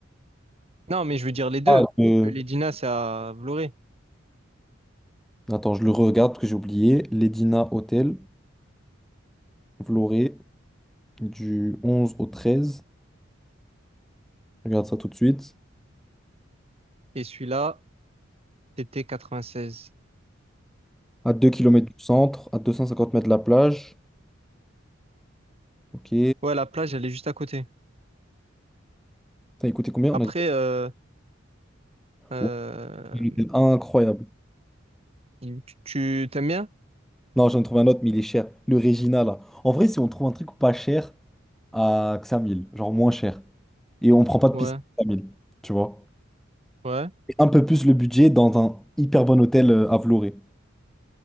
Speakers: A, on the right; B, in the centre.
A: Non, mais je veux dire les deux.
B: Ah,
A: Parce
B: le-
A: que les Gina, c'est à Vloré.
B: Attends, je le regarde parce que j'ai oublié. Ledina Hotel, Vloré, du 11 au 13. Je regarde ça tout de suite.
A: Et celui-là, c'était 96.
B: À deux kilomètres du centre, à 250 mètres de la plage. Ok.
A: Ouais, la plage, elle est juste à côté.
B: T'as écouté combien?
A: Après,
B: On a dit.
A: euh, euh,
B: Ouais, un hôtel incroyable.
A: tu tu- t'aimes bien?
B: Non, j'en ai trouvé un autre, mais il est cher. Le Regina, là. En vrai, si on trouve un truc pas cher à que 5000, genre moins cher, et on prend pas de
A: Ouais,
B: piscine à 5000, tu vois.
A: ouais.
B: un peu plus le budget dans un hyper bon hôtel euh, à Vloré,